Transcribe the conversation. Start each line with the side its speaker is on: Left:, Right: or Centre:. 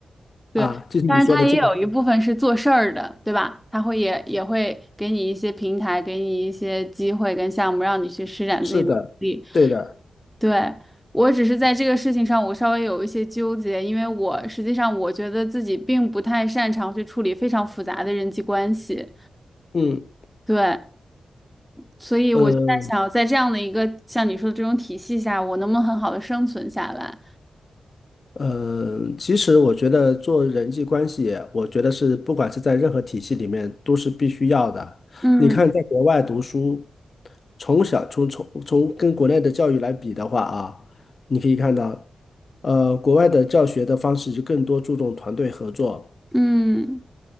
Centre: 对，
Left: 啊，就是你说的这个，
Centre: 但是他也有一部分是做事儿的，对吧？他会也也会给你一些平台，给你一些机会跟项目，让你去施展自己的能力。
Left: 是的，对的，
Centre: 对，我只是在这个事情上，我稍微有一些纠结，因为我实际上我觉得自己并不太擅长去处理非常复杂的人际关系，
Left: 嗯，
Centre: 对，所以我就在想，
Left: 呃，
Centre: 在这样的一个像你说的这种体系下，我能不能很好的生存下来？
Left: 呃，其实我觉得做人际关系，我觉得是不管是在任何体系里面都是必须要的。
Centre: 嗯
Left: 你看，在国外读书，从小从从从跟国内的教育来比的话啊，你可以看到，呃，国外的教学的方式就更多注重团队合作。
Centre: 嗯